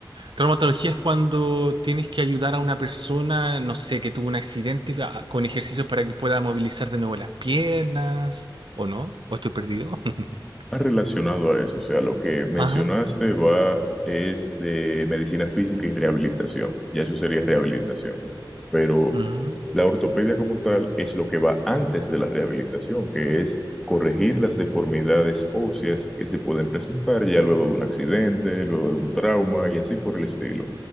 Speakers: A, on the right; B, in the centre.
A: Traumatología es cuando tienes que ayudar a una persona, no sé, que tuvo un accidente a- con ejercicios para que pueda movilizar de nuevo las piernas, ¿o no? ¿O estoy perdido? <laughs>
B: relacionado a eso, o sea, lo que mencionaste
A: Ajá.
B: va es de medicina física y rehabilitación, ya eso sería rehabilitación, pero
A: Ujú.
B: la ortopedia como tal es lo que va antes de la rehabilitación, que es corregir las deformidades óseas que se pueden presentar ya luego de un accidente, luego de un trauma y así por el estilo.